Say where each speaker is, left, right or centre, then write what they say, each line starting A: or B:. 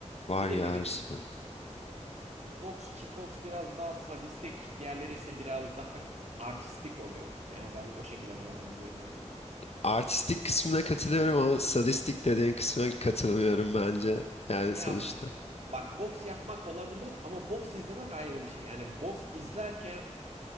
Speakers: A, on the left; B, on the right.
A: Var
B: Dediğim
A: ya
B: gibi
A: her şey var.
B: Boks, kickboks biraz daha sadistik, diğerleri ise biraz daha artistik oluyor. Yani ben o şekilde değerlendiriyorum en azından.
A: Artistik kısmına katılıyorum ama sadistik dediğin kısmına katılmıyorum bence. Yani
B: Ya
A: sonuçta.
B: bak boks yapmak olabilir ama boks izlemek ayrı bir şey. Yani boks izlerken